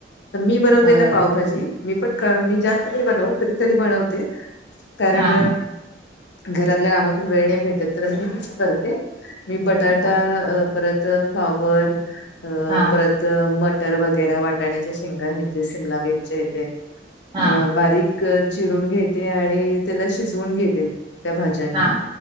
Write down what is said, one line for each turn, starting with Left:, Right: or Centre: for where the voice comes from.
Left: तर मी बनवते
Right: होय
Left: ना पावभाजी मी पण मी जास्त नाही बनव कधीतरी बनवते. कारण
Right: हा
Left: घरातल्या कामातून वेळणे भेट. तर मी क करते, मी बटाटा,
Right: होय
Left: परत फ्लावर अ
Right: हा
Left: परत मटर वगैरा वटाण्याच्या शेंग य ते शिमला मिरच्या येते.
Right: हा
Left: अ बारीक चिरून घेते आणि त्याला शिजवून घेते. त्या भाज्यांना
Right: हा